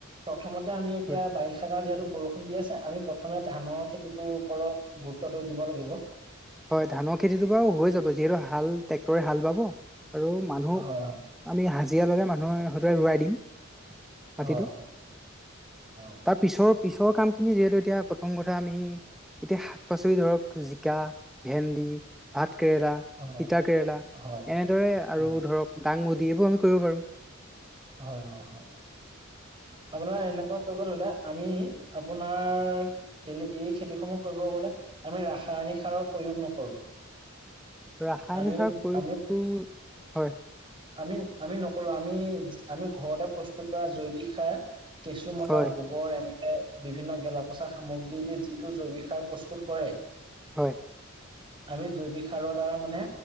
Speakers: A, on the right; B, in the centre.
A: প্ৰথমতে আমি এতিয়া
B: হয়
A: বাৰিষা কাল যিহেতু বৰষুণ দি আছে। আমি প্ৰথমে ধানৰ খেতিটোৰ ওপৰত গুৰুত্বটো দিব লাগিব।
B: হয়। ধানৰ খেতিটো বাৰু হৈ যাব। যিহেতু হাল ট্ৰেক্টৰে হাল বাব আৰু মানুহ
A: হয়
B: আমি হাজিৰা লগাই মানুহৰ হতুৱাই ৰুৱাই দিম। মাটিটো
A: হ, হ <unintelligible>
B: তাৰ পিছৰ পিছৰ কামখিনি যিহেতু এতিয়া প্ৰথম কথা আমি এতিয়া শাক পাচলি ধৰক জিকা ভেন্দি, ভাত কেৰেলা,
A: হয়
B: তিতা কেৰেলা
A: হয়
B: এনেদৰে
A: অ
B: আৰু ধৰক দাংবদী এইবোৰ আমি কৰিব পাৰো।
A: হয়। অ, হয়। আপোনাৰ এনেকুৱা <unintelligible> ৰুলে আমি, আপোনাৰ এনেই এই খেতিসমূহ কৰিব গ'লে, আমি ৰাসায়নিক সাৰৰ প্ৰয়োগ নকৰো।
B: ৰাসায়নিক
A: আমি
B: সাৰ, প্ৰয়োগটো,
A: আমি
B: হয়।
A: আমি, আমি নকৰো। আমি, আমি ঘৰতে প্ৰস্তুত কৰা জৈৱিক সাৰ কেঁচু মতা
B: হয়
A: গো গোবৰ, এনেকে বিভিন্ন গেলাপচা সামগ্ৰী দি যিটো জৈৱিক সাৰ প্ৰস্তুত কৰে।
B: হয়।
A: আমি জৈৱিক সাৰৰ দ্বাৰা মানে,